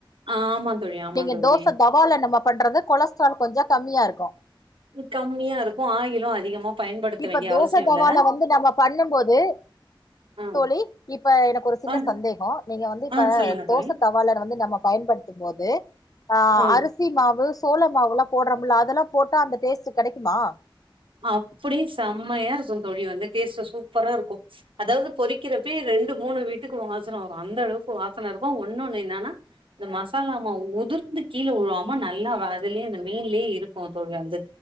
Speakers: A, on the right (about 80°); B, on the left (about 45°).
A: ஆமா தோழி ஆமா
B: நீங்க
A: தோழி
B: தோச தவால நம்ம பண்றது கொலஸ்ட்ரால் கொஞ்சோ கம்மியா இருக்கு
A: கம்மியா இருக்கு ஆயிலு அதிகமா பயன்படுத்த
B: இப்ப
A: வேண்டிய
B: தோச
A: அவசியோ
B: தவால
A: இல்ல
B: வந்து நம்ம பண்ணு போது
A: ஆ
B: தோழி இப்ப எனக்கு ஒரு சின்ன
A: ஆ
B: சந்தேகோ நீங்க வந்து இப்ப
A: ஆ சொல்லுங்க
B: தோச
A: தோழி
B: தவ் தவா ல வந்து நம்ம பயன்படுத்து போது ஆ அரி
A: ம்
B: அரிசி மாவு சோள மாவுலா போடுறமுல்ல அதெல்லா போட்டா அந்த டேஸ்ட் கிடைக்குமா
A: அப்டியே செம்மையா இருக்கு தோழி வந்து டேஸ்ட் சூப்பரா இருக்கு ச் அதாவது பொறிக் வக்கிறப்பையே ரெண்டு மூணு வீட்டுக்கு வாசன வரு அந்த அளவுக்கு வாசன இருக்கு ஒண்ணுன்னு என்னன்னா இந்த மசாலாம உதிர்த்து கீழ வுழுவாம நல்லா அதுலயே இந்த மீன்லேயே இருக்கு தோழி வந்து